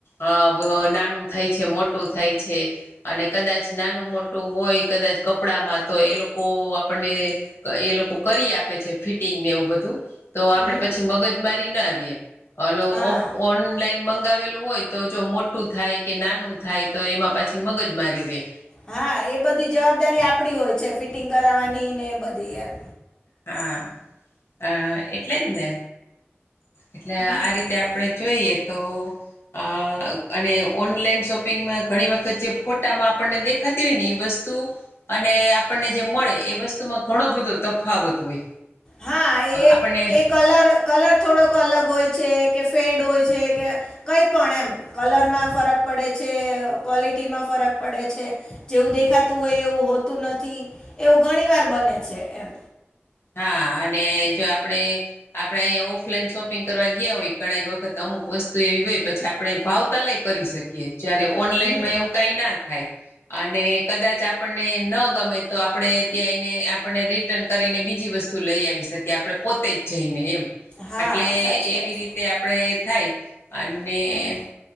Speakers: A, on the left; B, on the left.
A: અ બ નાનું થાય છે મોટું થાય છે. અને કદાચ નાનું મોટું હોય કદાચ કપડામાં તો એ લોકો આપણને એ લોકો કરી આપે છે ફિટિંગ ને એવું બધું. તો આપડે
B: હમ
A: પછી મગજમારી ના રીયે. હલો
B: હા
A: ઓફ ઓનલાઈન મંગાવેલું હોય તો જો મોટું કે નાનું તો એમાં પાછી મગજ મારી રેય
B: હા એ બધી જવાબદારી આપડી હોય છે ફિટિંગ કરાવવાની ને એ બધી એમ.
A: હ‌આ અ એટલે જ ને એટલે
B: હમ
A: આ રીતે આપણે જોઈએ તો અ અને ઓનલાઈન શોપિંગમાં ઘણી વખત જે ફોટામાં આપણને દેખા તી હોયને એ વસ્તુ અને આપણને જે મળે એ વસ્તુમાં ઘણો બધો ત ફાવત હોય.
B: હા એ
A: આપણને
B: એક કલ્લર કલર થોડોક અલગ હોય છે કે શેડ હોય છે કે કંઈ પણ એમ. કલરમાં ફરક પડે છે. કોલિટીમાં ફરક પડે છે. જેવું દેખાતું હોય એવું હોતું નથી. એવું ઘણી વાર બને છે એમ.
A: હા અને જો આપડે આપડે આયા ઓફલાઈન શોપિંગ કરવા ગ્યા હોય ઘણાય વખત અમુક વસ્તુ એવી હોય પછી આપણે ભાવતાલેય કરી શકીએ. જય્યારે ઓનલાઈનમાં
B: હમ
A: એવું કાંઈ ના થાય અને કદાચ આપણને ન ગમે તો આપણે ત્યાં એને આપણને રીટર્ન કરીને બી જી વસ્તુ લઈ આવી શકીએ. આપણે પોતે જ જઈને એમ.
B: હા
A: એટલે
B: સાચી
A: એવી
B: વાત
A: રીતે
B: છે
A: આપણેે થાય અન્ને
B: હમ